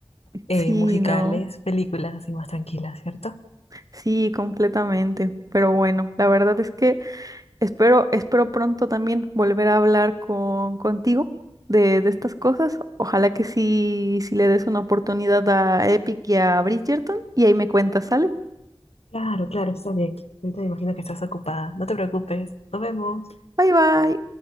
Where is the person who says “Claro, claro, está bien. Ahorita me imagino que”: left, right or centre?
Left